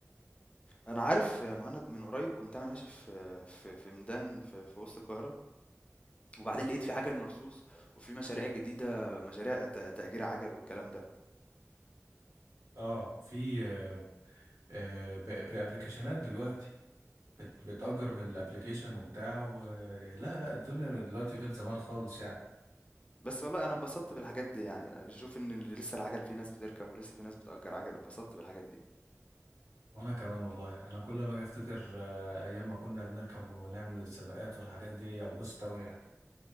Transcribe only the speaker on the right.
اه في آه، آه، ب- بابليكيشنات دلوقتي بت- بتأجر بالابليكيشن وبتاع و... لا لا الدنيا دلوقتي غير زمان خالص يعني
وانا كمان والله انا كل ما اجي افتكر آه، ايام ما كنا بنركب ونعمل السباقات والحاجات دي ابص قوي يعني